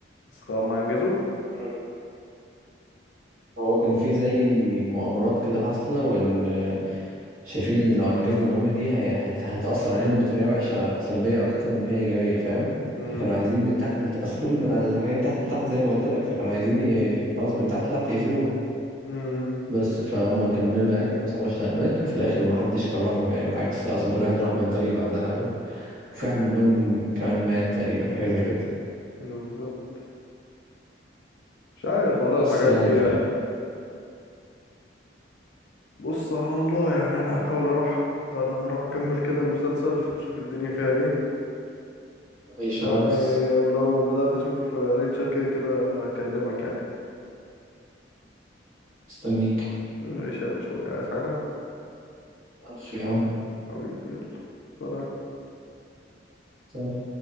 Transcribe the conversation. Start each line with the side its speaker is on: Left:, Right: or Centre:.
Left: بس هم انجزوها
Right: مم. هو كان في زي مؤامرات كده حاصلة وإن شايفين ان لو انجزنا المهمه دي هي- هت- هتاثر عليهم بطريقه وحشه سلبيه اكتر ما هي ايجابيه فاهم
Left: امم
Right: فكانوا عايزين من تحت لت... اصل كل ما الحاجات دي تحت لتحت زي ما قلت لك فكانوا عايزين ي... خلاص من تحت لتحت يقفلوها
Left: امم
Right: بس فهم كملوا يعني ما سمعوش تعليمات وفي الاخر ما حدش كرمهم يعني بالعكس اصلا كل واحد راح من طريق بعدها و... وفي واحد منهم كمان مات تقريبا حاجه زي كده
Left: بالظبط مش عارف والله
Right: بس
Left: الحاجات
Right: يعني
Left: دي يعني
Right: ف
Left: بص على الله يعني انا هحاول اروح انا هروح اكمل كده المسلسل اشوف الدنيا فيها ايه
Right: عيش
Left: ويعني
Right: يا ريس
Left: ولو بدأت اشوف ريتشر كده كده هكلمك يعني
Right: مستنيك
Left: ماشي يا باشا عايز حاجة
Right: ألف يا عم
Left: حبيبي يلا سلام
Right: سلام.